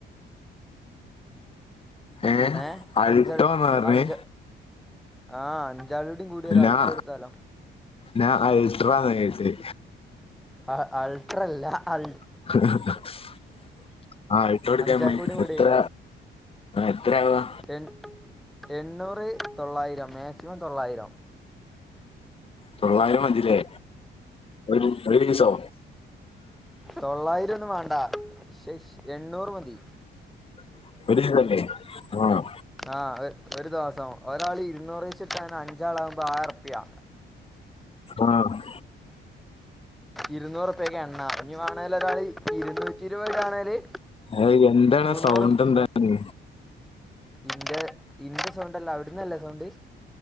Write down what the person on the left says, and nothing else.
ഏ
അൾട്ടോ
എന്ന് പറഞ്ഞേ
ഞാൻ
ഞാൻ അൾട്രാന്നാ വിചാരിച്ചേ
<inaudible> ആഹ് ആൾട്ടോ എടുക്കാൻ
വേണ്ടിട്ടെ
എത്ര എത്രയാവാ
തൊള്ളായിരം മതില്ലേ ഒരു ഒരു ദീസോ
<unintelligible> ആഹ്
ആഹ്
ഏയ് എന്താണ്
സൗണ്ട് എന്താണ്